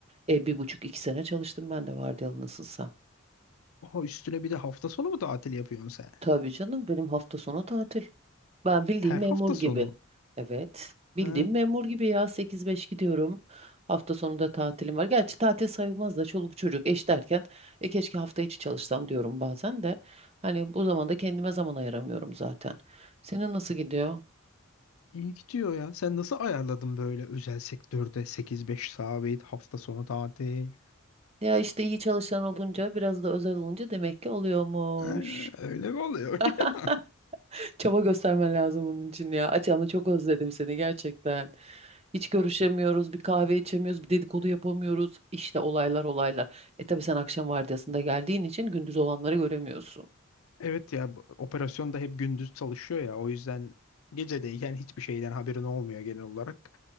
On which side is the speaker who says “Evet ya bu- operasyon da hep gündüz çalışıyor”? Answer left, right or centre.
Left